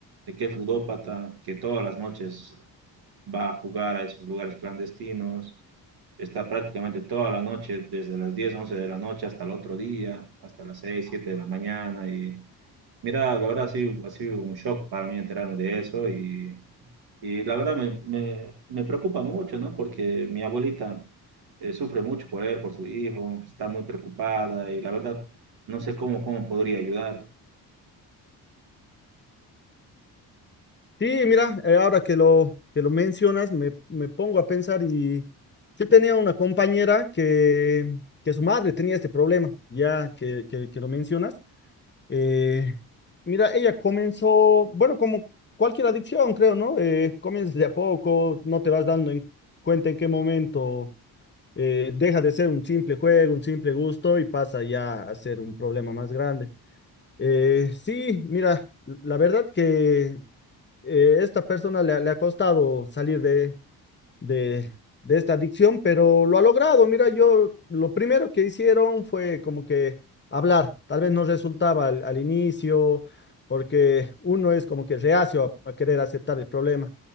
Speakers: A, on the right; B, on the left.
A: de que es ludópata, que todas las noches va a jugar a esos lugares clandestinos, está prácticamente toda la noche, desde las 10 11 de la noche hasta el otro día, hasta las 6 7 de la mañana, y mira, la verdad ha sido, ha sido un shock para mí enterarme de eso y y la verdad me, me- me preocupa mucho, ¿no? Porque mi abuelita eh, sufre mucho por él, por su hijo, está muy preocupada y la verdad no sé cómo, cómo podría ayudar.
B: Sí, mira, eh, ahora que lo, que lo mencionas, me, me pongo a pensar y sí tenía una compañera que, que su madre tenía este problema, ya que, que, que lo mencionas. Eh, mira, ella comenzó, bueno, como cualquier adicción, creo, ¿no? Eh, comienzas de a poco, no te vas dando en cuenta en qué momento eh, deja de ser un simple juego, un simple gusto y pasa ya a ser un problema más grande. Eh, sí, mira, la verdad que eh, esta persona le, ha le ha costado salir de, de, de esta adicción, pero lo ha logrado. Mira, yo lo primero que hicieron fue como que hablar. Tal vez no resultaba al, al inicio, porque uno es como que reacio a, a querer aceptar el problema.